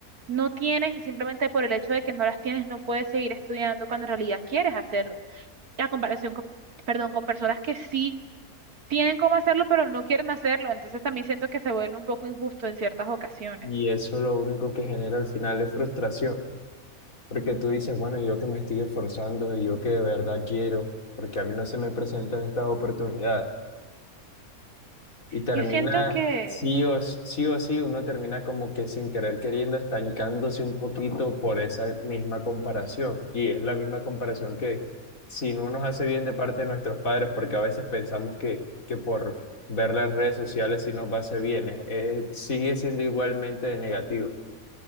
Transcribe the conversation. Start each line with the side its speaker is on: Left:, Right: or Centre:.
Right: no tienes y simplemente por el hecho de que no las tienes no puedes seguir estudiando cuando en realidad quieres hacerlo. Y A comparación con, perdón, con personas que sí tienen cómo hacerlo, pero no quieren hacerlo. Entonces también siento que se vuelve un poco injusto en ciertas ocasiones.
Left: Y eso lo único que genera al final es frustración, porque tú dices, bueno, yo que me estoy esforzando y yo que de verdad quiero, porque a mí no se me presentan estas oportunidades. Y termina,
Right: Yo siento que
Left: sí o s- sí, o sí, uno termina como que sin querer queriendo, estancándose un poquito por esa misma comparación. Y es la misma comparación que si no nos hace bien de parte de nuestros padres, porque a veces pensamos que, que por verla en redes sociales sí nos va a hacer bien, es- es- sigue siendo igualmente de negativo.